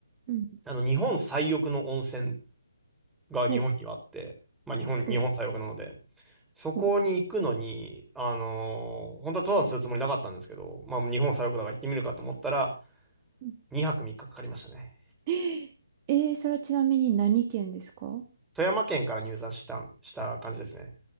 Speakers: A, on the right; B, in the centre.
A: うん。
B: あの、日本最奥の温泉が日本にはあって、
A: お、
B: まあ日本、日本最奥なので、
A: お、
B: そこに行くのに、
A: お、お
B: あのー本当は登山するつもりなかったんですけど、まあ日本最奥だから行ってみるかと思ったら、
A: うん
B: 2泊3日かかかりましたね。
A: えー、それはちなみに何県ですか
B: 富山県から入山したん、した感じですね。